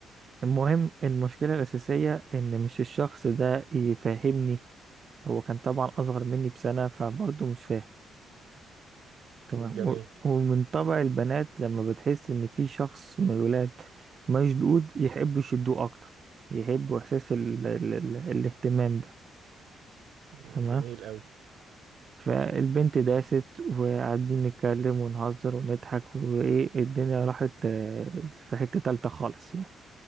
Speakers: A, on the right; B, on the right.
A: المهم المشكلة الأساسية إن مش الشخص ده يفهمني هو كان طبعا أصغر مني بسنة فبرضه مش فاهم تمام
B: جميل
A: و- ومن طبع البنات لما بتحس ان في شخص من الولاد مشدود يحبوا يشدوه اكتر يحبوا احساس ال ال ال الاهتمام ده
B: مم.
A: تمام
B: جميل قوي
A: فالبنت داست وقاعدين نتكلم ونهزر ونضحك وايه الدنيا راحت آه، في حتة تالتة خالص يعني